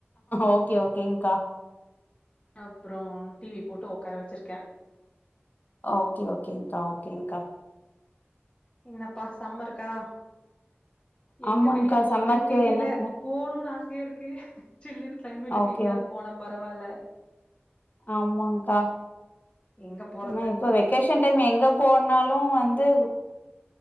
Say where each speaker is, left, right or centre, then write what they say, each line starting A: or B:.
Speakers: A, on the left (about 45°); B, on the left (about 25°).
A: ஓகே ஓகேங்க்கா
B: அப்றோ டிவி போட்டு உக்கார வச்சிருக்கே
A: ஓகே ஓகேங்கா ஓகேங்க்கா
B: என்னப்பா சம்மருக்கா எங்க
A: ஆமாங்க்கா
B: வெளிய போறதுன்
A: சம்மருக்கு
B: தெரியில
A: என்ன பிளான்
B: போணுன்னு ஆச இருக்கு சில்லுன்னு கிளைமேட்டுக்கு
A: ஓகே
B: எங்கயாவது போனா பரவால்ல
A: ஆமாங்கா
B: எங்க போறது
A: ஆனா இப்ப
B: தெரி
A: வெக்கேஷன் டைம் எங்க போனாலு வந்து